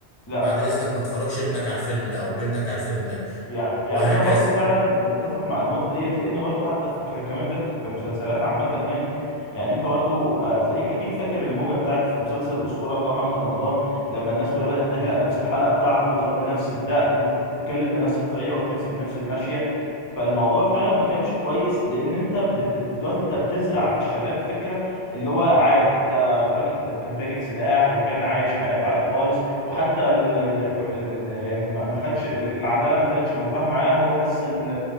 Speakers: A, on the left (about 25°); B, on the left (about 80°).
A: لا
B: بعد
A: ما
B: اذنك ما تفرجش ابنك على الفيلم ده او بنتك على الفيلم ده
A: يعني يعني
B: وهكذا
A: انا برضو فعلا متفق مع النقطه ديت لان برضو حتى في ك- كمان ده كمسلسلات عامه يعني يعني انت برضو آه، هتلاقيك اكيد فاكر الموجه بتاعت مسلسل الاسطوره بتاع محمد رمضان لما الناس كلها بدات تحلق
B: مم.
A: نفس الحلقه بتاعته وتربي نفس الدقن وتتكلم بنفس الطريقه وتمشي بنفس المشيه فالموضوع فعلا ما كانش كويس لان انت بت... دلوقتي انت بتزرع في الشباب فكره اللي هو عادي ده ده راجل كان تاجر سلاح وكان عايش حياته عادي خالص وحتى ال ال ال ال ال يعني ما ما خدش ال- العداله ما خدتش مجراها معاه هو بس ال